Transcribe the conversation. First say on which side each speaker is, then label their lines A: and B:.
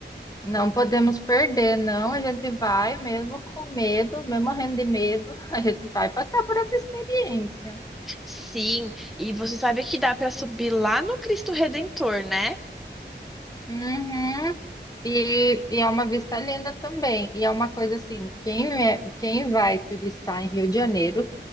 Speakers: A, on the left; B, in the centre.
A: não podemos perder, não. A gente vai, mesmo com medo, mesmo morrendo de medo, <laughs> a gente vai passar por essa experiência.
B: Sim, e você sabe que dá pra subir lá no Cristo Redentor, né?
A: Uhum. E, e é uma vista linda também. E é uma coisa assim, quem, é, quem vai turistar em Rio de Janeiro